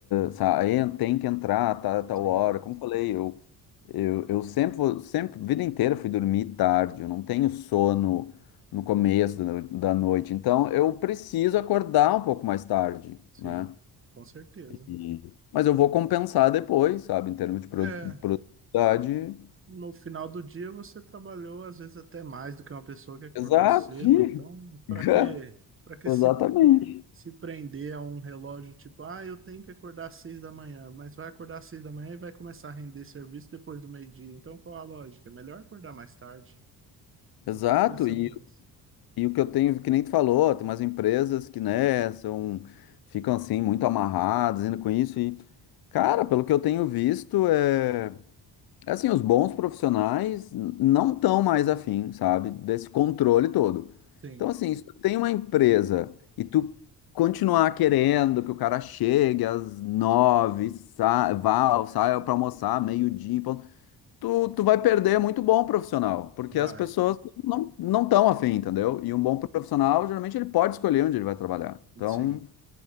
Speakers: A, on the left; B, on the right.
A: sabe? Aí Tem que entrar, tá, tal
B: Sim,
A: hora. Como eu falei, eu Eu, eu sempre, vou- sempre, vida inteira fui dormir tarde, eu não tenho sono no começo da, da noite, então eu preciso acordar um pouco mais tarde,
B: sim.
A: né?
B: com certeza.
A: E- mas eu vou compensar depois, sabe, em termos de produ-
B: É,
A: produtividade.
B: no final do dia você trabalhou às vezes até mais do que uma pessoa que acordou
A: Exato,
B: cedo,
A: ih,
B: então para
A: <laughs>
B: que para que se
A: exatamente.
B: se prender a um relógio tipo, ah, eu tenho que acordar às seis da manhã, mas vai acordar às seis da manhã e vai começar a render serviço depois do meio-dia. Então qual a lógica? É melhor acordar mais tarde.
A: Exato,
B: Eu fico pensando
A: e,
B: nisso.
A: e o que eu tenho, que nem tu falou, tem umas empresas que, né, são, ficam assim muito amarradas ainda com isso, e, cara, pelo que eu tenho visto, é. Assim, os bons profissionais n- não estão mais afim, sabe, desse controle todo.
B: Sim,
A: Então, assim, se tu tem uma empresa e tu continuar querendo que o cara chegue às nove, sa vá, saia para almoçar meio-dia, em ponto, tu, tu vai perder muito bom profissional, porque
B: vai.
A: as pessoas não não estão afim, entendeu? E um bom profissional, geralmente, ele pode escolher onde ele vai trabalhar. Então,
B: Sim.